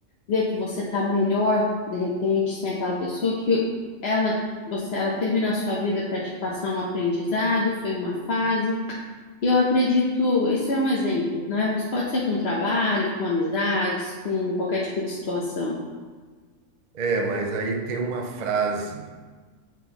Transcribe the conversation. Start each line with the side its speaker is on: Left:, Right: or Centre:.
Left: ver que você tá melhor de repente sem aquela pessoa que ela você ela teve na sua vida para te passar um aprendizado, foi uma fase. E eu acredito, isso é um exemplo, né? Isso pode ser com trabalho, com amizades, com qualquer tipo de situação.
Right: É, mas aí tem uma frase.